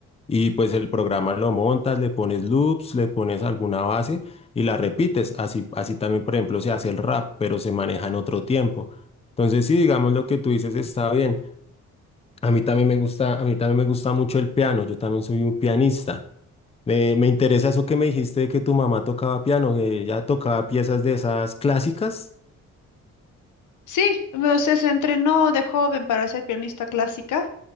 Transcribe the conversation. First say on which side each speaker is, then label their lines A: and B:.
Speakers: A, on the left (about 20°); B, on the left (about 75°).
A: y pues el programa lo montas, le pones loops, le pones alguna base y la repites. Así, así también, por ejemplo, se hace el rap, pero se maneja en otro tiempo. Entonces, sí, digamos lo que tú dices está bien. A mí también me gusta, a mí también me gusta mucho el piano. Yo también soy un pianista. me me interesa eso que me dijiste de que tu mamá tocaba piano, que ella tocaba piezas de esas clásicas.
B: Sí, o sea, se entrenó de joven para ser pianista clásica,